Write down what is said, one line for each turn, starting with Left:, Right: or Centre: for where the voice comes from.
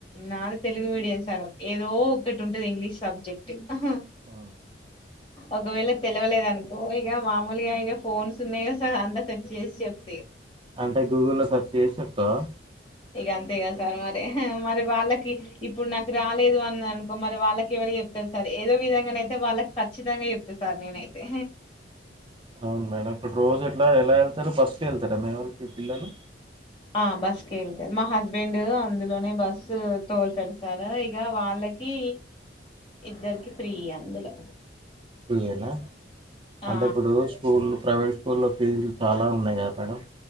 Left: నాది తెలుగు మీడియం సార్ ఏదో ఒకక్కటి ఉంటది ఇంగ్లీష్ సబ్జెక్ట్ ఊహు
Right: ఆ
Left: ఒకవేళ తెలివలేదనుకో ఇగ మామూలుగా ఇగా ఫోన్స్ ఉన్నాయి గా సార్ అంతా సెట్ చేసి చెప్
Right: అంటే గూగుల్లో లో సెర్చ్ చేసి చెప్తవా
Left: ఇగ అంతే గ సార్ మరి మరి వాళ్ళకి ఇప్పుడు నాకు రాలేదు అన్న అనుకో మరి వాళ్ళకి ఇవళ చెప్తారు సార్ ఏదో విధంగాన అయితే వాళ్ళకి ఖచ్చితంగా జెప్తా సార్ నేనైతే
Right: అవును మేడం ఇప్పుడు రోజు ఎట్లా ఎలా ఎల్తరు బస్కే వెళ్తరా మీ వోల్లు మీ పిల్లలు
Left: ఆ బస్ కె వెళ్తే మా హస్బెండ్ అందులోనే బస్ తోల్తడు సర్ ఇగ వాళ్ళకి ఇద్దరికి ఫ్రీ అందులో
Right: ఫ్రీ యేనా
Left: ఆ
Right: అంటే ఇప్పుడు స్కూలు ప్రైవేట్ స్కూల్లో ఫీజులు చాలా ఉన్నాయి గదా మేడం